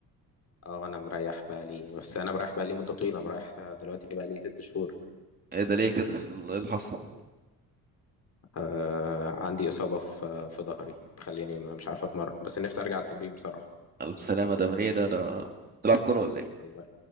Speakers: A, on the left; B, on the right.
A: اه انا مريح بقى لي بس انا مريح بقى لي مده طويله مريح دلوقتي بقى لي ست شهور
B: ايه ده ليه كده ايه اللي حصل
A: آه عندي اصابه في في ظهري مخليني ما- مش عارف اتمرن بس نفسي ارجع التمرين بصراحه
B: الف سلامه ده من ايه ده ده بتلعب كوره ولا ايه
A: الله